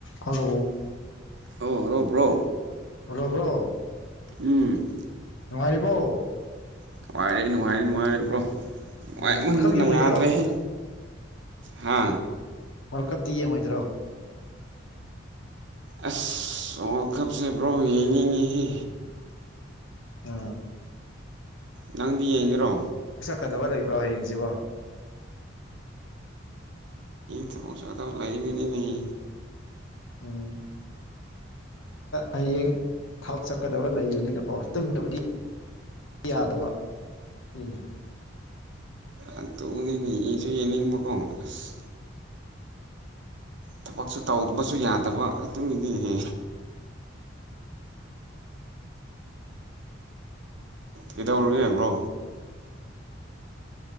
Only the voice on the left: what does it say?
hello
hello bro
ꯇꯥꯔꯤꯕꯣ
ꯎꯝ ꯋꯥꯔꯜ ꯀꯞ ꯌꯦꯡꯉꯣꯏꯗ꯭ꯔꯣ
ꯋꯥꯔ ꯀꯞꯇꯤ ꯌꯦꯡꯉꯣꯏꯗꯔꯣ
ꯑ
ꯐꯗꯕ ꯂꯩꯕ꯭ꯔꯣ ꯍꯌꯦꯡꯁꯤꯕꯣ
ꯎꯝ ꯍꯌꯦꯡ ꯊꯕꯛ ꯆꯠꯀꯗꯕ ꯂꯩꯕꯅꯤꯅꯀꯣ ꯇꯨꯝꯗꯕꯗꯤ ꯌꯥꯗꯕ ꯗꯨꯏꯅꯦ